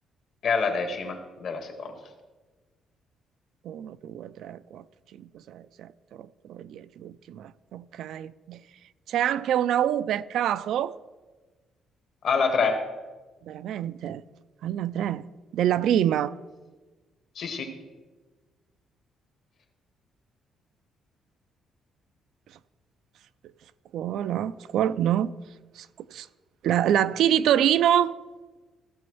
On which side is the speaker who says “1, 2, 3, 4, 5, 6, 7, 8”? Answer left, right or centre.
Right